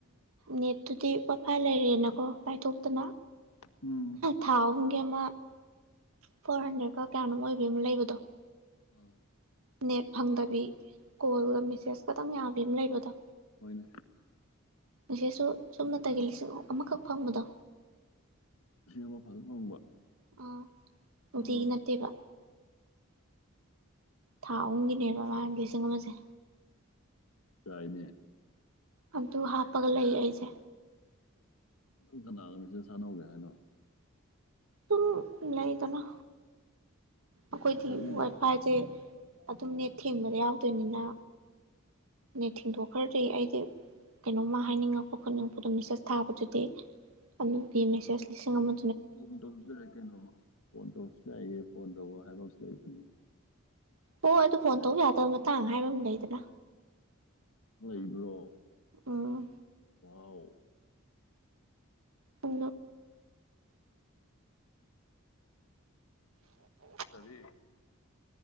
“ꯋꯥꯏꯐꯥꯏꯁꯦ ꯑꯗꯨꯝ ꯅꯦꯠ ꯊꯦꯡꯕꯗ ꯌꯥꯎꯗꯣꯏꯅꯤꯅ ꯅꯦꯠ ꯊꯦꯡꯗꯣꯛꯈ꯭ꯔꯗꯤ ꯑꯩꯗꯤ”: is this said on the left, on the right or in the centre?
Right